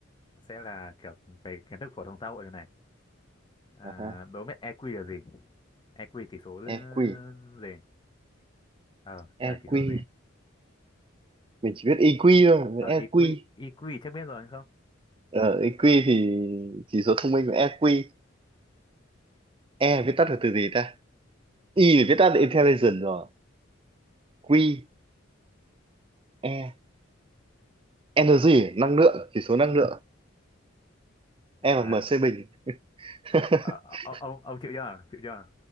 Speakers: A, on the left (about 25°); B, on the right (about 25°).
A: sẽ là kiểu về kiến thức phổ thông xã hội rồi này à,
B: À ha,
A: đố biết EQ là gì EQ chỉ số
B: EQ,
A: gì ờ
B: EQ.
A: là chỉ số gì
B: Mình chỉ biết EQ thôi, mình
A: ờ
B: biết EQ.
A: EQ EQ chắc biết rồi anh không
B: Ờ, EQ thì chỉ số thông minh của EQ. E viết tắt là từ gì ta? I thì viết tắt là intelligence rồi. Q, E, energy, năng lượng, chỉ số năng lượng. E bằng
A: Sai.
B: MC bình. <laughs>
A: Ờ, ờ, ông ông chịu chưa chịu chưa